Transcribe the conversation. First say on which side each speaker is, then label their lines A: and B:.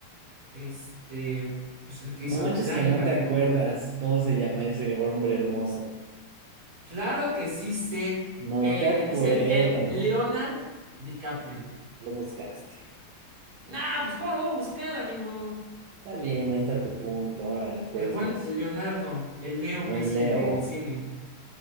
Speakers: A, on the right (about 40°); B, on the right (about 75°).
A: Este. Pues el que hizo
B: No manches
A: Titanic,
B: que no
A: amigo.
B: te acuerdas cómo se llama ese hombre hermoso.
A: Claro que sí sé.
B: No
A: Eh,
B: te acuerdas.
A: le dicen el Leonard DiCaprio.
B: Lo buscaste.
A: Nah, pues ¿cómo lo voy a buscar, amigo?
B: Está bien, ahí está tu punto. Órale, pues,
A: El buen
B: necio.
A: Leonardo, el Leo Messi
B: Buen Leo.
A: del cine.